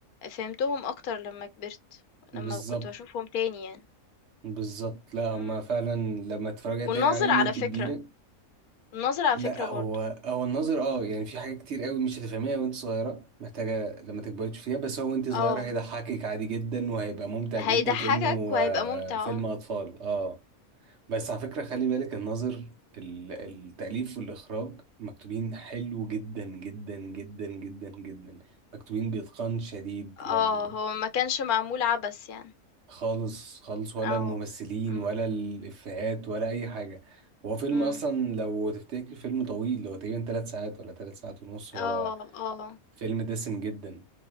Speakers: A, on the left (about 85°); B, on the right (about 55°).
A: فهمتهم أكتر لمّا كبرت،
B: بالظبط
A: لمّا كنت باشوفهم تاني يعني.
B: بالظبط لا هما
A: إمم.
B: فعلا لما تتفرجي تاني
A: والناظر
B: عليهم
A: على
B: وانتي
A: فكرة،
B: كبيرة
A: الناظر على
B: لا
A: فكرة برضه،
B: هو هو النظر اه يعني في حاجات كتير قوي مش هتفهميها وانت صغيره محتاجه لما تكبري تشوفيها بس هو وانت صغيره
A: آه،
B: هيضحكك عادي جدا وهيبقى ممتع
A: هيضحّكك
B: جدا كانه
A: وهيبقى
B: آه،
A: ممتع
B: فيلم اطفال اه بس على فكره خلي بالك الناظر ال- التاليف والاخراج مكتوبين حلو جدا جدا جدا جدا جدا مكتوبين باتقان شديد يعني
A: آه، آه، هو ما كانش معمول عبث يعني،
B: خالص خالص ولا
A: آه.
B: الممثلين
A: إمم.
B: ولا الإفيهات ولا أي حاجة هو فيلم
A: إمم،
B: أصلا لو تفتكر فيلم طويل هو تقريبا تلات ساعات ولا تلات ساعات ونص
A: آه،
B: هو
A: آه،
B: فيلم دسم جدا